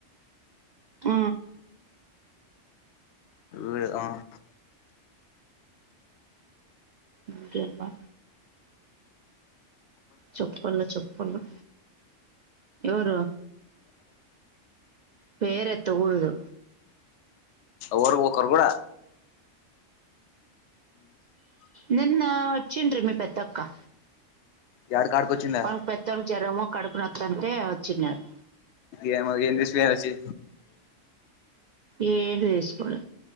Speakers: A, on the right; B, on the left.
A: ఆ
B: విడు ఆహ్
A: ఇంకెన్ బా చెప్పలె చెప్పలిగా ఎవరు పేర ఎత్త ఊరుదు
B: ఎవరు ఒకరు గూడా
A: నిన్నా ఒచ్చిన్రి మీ పెద్దక్క?
B: యాడి కాడికి వచ్చిందా
A: వామ్ పెద్దమ్ జ్వరము కడుపునొత్తంటే వచ్చిన్నారు.
B: ఏం ఏందీ శ్రీహరిషి
A: ఏది వేసుకోడు